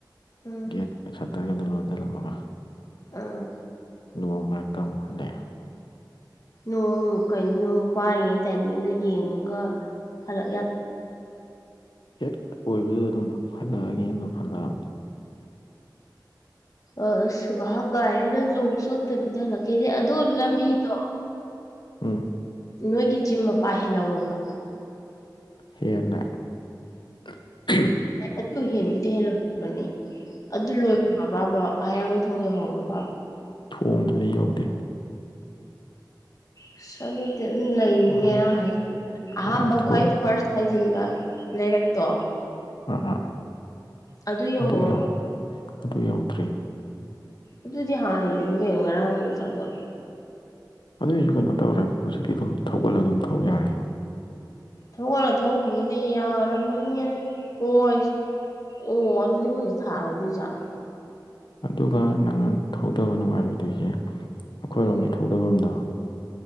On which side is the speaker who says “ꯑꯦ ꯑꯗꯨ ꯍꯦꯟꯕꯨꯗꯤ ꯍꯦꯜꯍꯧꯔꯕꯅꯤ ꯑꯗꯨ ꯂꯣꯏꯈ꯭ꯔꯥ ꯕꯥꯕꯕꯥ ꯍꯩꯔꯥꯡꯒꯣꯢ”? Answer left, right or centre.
Left